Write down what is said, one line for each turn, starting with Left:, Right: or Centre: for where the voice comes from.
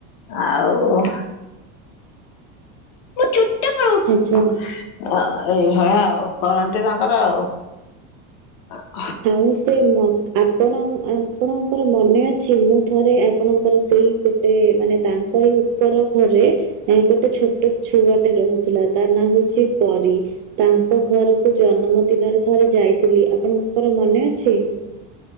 Left: ଆଉ। ମୁଁ ଛୁଟି ପଳଉଛି
Right: ଆଚ୍ଛା
Left: ଅ ଏଇଭଳିଆ ଆଉ କରନ୍ତି ତାଙ୍କର ଆଉ। ହଁ
Right: ହଉ ସେ ମତ ଆପଣ ଆପଣଙ୍କର ମନେ ଅଛି ମୁଁ ଥରେ ଆପଣଙ୍କର ସେଇ ଗୋ ଗୋଟେ ମାନେ ତାଙ୍କରି ଉପର ଘରେ ଗୋଟେ ଛୋଟ ଛୁଆଟେ ରହୁଥିଲା ତାର ନାଁ ହଉଛି ପରୀ। ତାଙ୍କ ଘରକୁ ଜନ୍ମ ଦିନରେ ଥରେ ଯାଇଥିଲି ଆପଣଙ୍କର ମନେ ଅଛି।